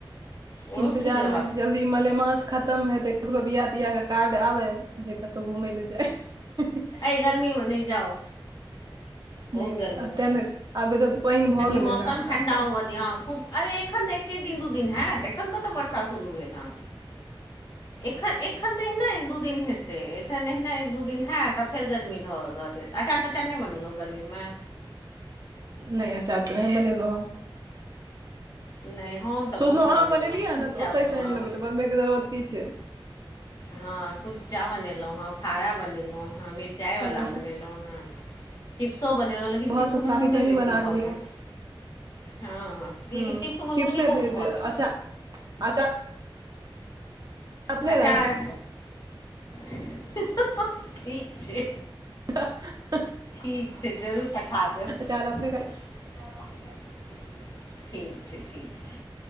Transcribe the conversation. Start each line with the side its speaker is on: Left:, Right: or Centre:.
Left: ओहु
Right: इंतजार
Left: ठीक रहत
Right: मे छी जल्दी मलेमास खतम हइ तऽ ककरो बियाह तिआहके कार्ड आबै जे कतौ घुमै लए जाइ <inaudible>
Left: अइ गर्मीमे नहि जाउ खूब
Right: नहि नहि
Left: गर्मी
Right: आब तें
Left: छै
Right: ने आब तऽ पानि भऽ
Left: कनी
Right: गेलै
Left: मौसम
Right: ने आब
Left: ठंडा हुअ दियौ हँ खूब अरे एखन तऽ एके दिन दू दिन हैत एखन कतऽ वर्षा शुरू भेल हन एखन एखन तऽ एहिने एक दू दिन हेतै ते एखन एहिना एक दू दिन हैत तऽ फेर गर्मी धऽ धऽ देत अँचार तँचार नहि बनेलौं गर्मीमे
Right: नहि अँचार तऽ नहि बनेलौं हँ
Left: नहि हम तऽ
Right: सोलौं
Left: बहुत
Right: अहाँ
Left: बनेलहुँ
Right: बनेलियै
Left: हँ
Right: हने
Left: कुच्चा
Right: तऽ ओतैसँ
Left: बनेलहुँ
Right: आनि लेबै तऽ बनबैके जरूरत की छै
Left: हँ कुच्चा बनेलौं हँ फाड़ा बनेलै हेँ मिर्च चाय बला
Right: तेना
Left: बनेलौं हँ चिप्सो बनेलौं
Right: सभक
Left: लेकिन चिप्समे
Right: शादी
Left: नूने
Right: तऽ अहीं
Left: बेसी
Right: बना
Left: भऽ
Right: लेलियै
Left: गेल हँ लेकिन
Right: ह
Left: चिप्समे
Right: चिप्से
Left: नूने बहुत
Right: भेज
Left: भऽ
Right: दे
Left: गेल
Right: अच्छा अचार अपने
Left: अँचार
Right: राखि
Left: <inaudible> ठीक छै
Right: <inaudible>
Left: ठीक छै जरूर पठा देब
Right: चार अपने <unintelligible>
Left: <inaudible> ठीक छै ठीक छै